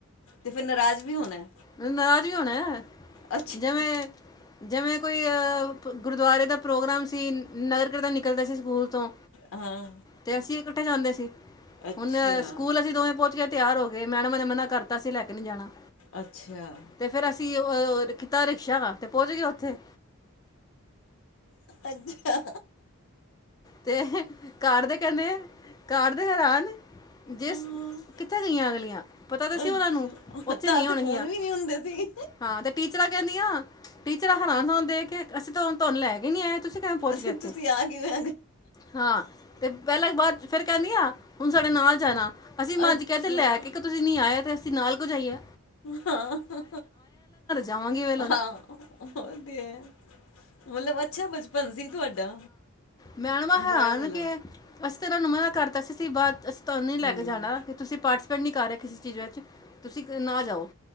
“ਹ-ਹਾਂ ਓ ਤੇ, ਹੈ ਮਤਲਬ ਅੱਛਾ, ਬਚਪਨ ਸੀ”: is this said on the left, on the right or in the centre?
Left